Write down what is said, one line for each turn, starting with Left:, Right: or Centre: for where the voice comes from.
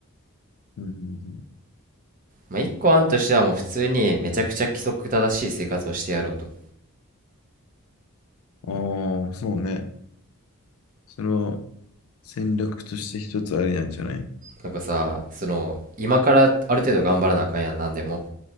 Left: うん、うん。うん
Right: まあ、一個案としてはもう普通にめちゃくちゃ規則正しい生活をしてやろうと。
Left: ああ、そうね。それは戦略として一つありなんじゃない
Right: なんかさ、その、今からある程度頑張らなあかんやん、なんでも。